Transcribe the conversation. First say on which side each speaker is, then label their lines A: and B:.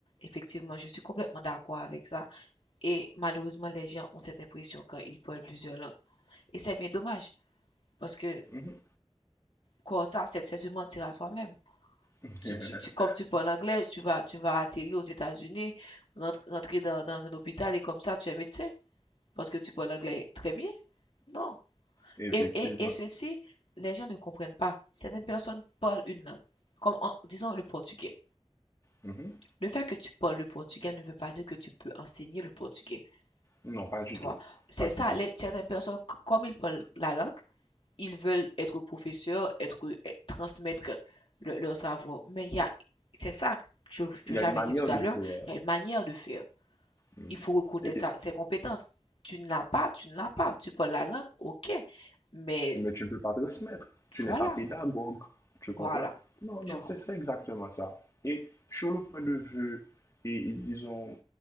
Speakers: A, on the left; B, on the left.
A: Effectivement, je suis complètement d'accord avec ça. Et malheureusement, les gens ont cette impression quand ils parlent plusieurs langues. Et c'est bien dommage, parce que
B: Mhm.
A: comme ça, c'est c'est se mentir à soi-même.
B: <laughs>
A: Tu, tu, tu- comme tu parles anglais, tu vas, tu vas atterrir aux États-Unis, rentre- rentrer dans, dans un hôpital et comme ça, tu es médecin, parce que tu parles anglais très bien. Non.
B: Effectivement.
A: Et, et, et ceci, les gens ne comprennent pas. Certaines personnes parlent une langue, comme en, disons le portugais.
B: Mhm.
A: Le fait que tu parles le portugais ne veut pas dire que tu peux enseigner le portugais.
B: Non, pas du
A: Tu
B: tout.
A: vois, c'est
B: Pas du
A: ça.
B: tout.
A: les- certaines personnes, comme ils parlent la langue, ils veulent être professeurs, être, eh, transmettre le- leur savoir. Mais il y a, c'est ça que, que
B: Il y
A: j'avais
B: a une manière
A: dit tout
B: de
A: à l'heure,
B: faire.
A: il y a une manière de faire.
B: Mhm.
A: Il faut reconnaître
B: Et- et-
A: sa- ses compétences. Tu ne l'as pas, tu ne l'as pas. Tu parles la langue, ok. Mais
B: mais tu ne peux pas transmettre. Tu
A: voilà,
B: n'es pas pédagogue. Tu comprends?
A: voilà,
B: Non, non,
A: je comprends.
B: c'est c'est exactement ça. Et sur le point de vue, et, et disons,